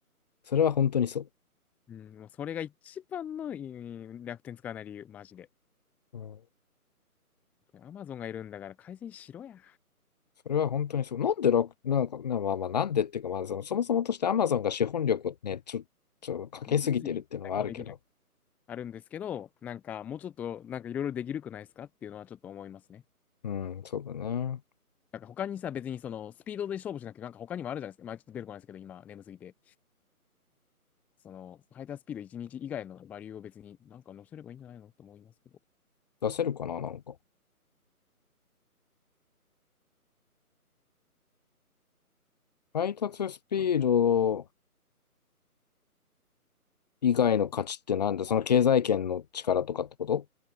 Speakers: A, on the left; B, in the centre.
A: それは本当にそう。
B: うん、もうそれが一番のうん楽天使わない理由、マジで。
A: うん。
B: アマゾンがいるんだから改善しろや。
A: それは本当にそう。なんで楽、なんか、なまあまあ、なんでっていうか、まあその、そもそもとして Amazon が資本力をね、ちょ、ちょ、かけすぎてるっていうのはあるけど。
B: レビュー次、一できない。あるんですけど、なんかもうちょっとなんかいろいろできるくないですかっていうのはちょっと思いますね。
A: うん、そうだね。
B: なんか他にさ、別にそのスピードで勝負しなくて、なんか他にもあるじゃないですか。まあちょっと出てこないですけど、今眠すぎて。その、ハイタースピード1日以外のバリューを別になんか載せればいいんじゃないのと思いますけど。
A: 出せるかな、なんか。配達スピード以外の価値ってなんだその経済圏の力とかってこと
B: あ、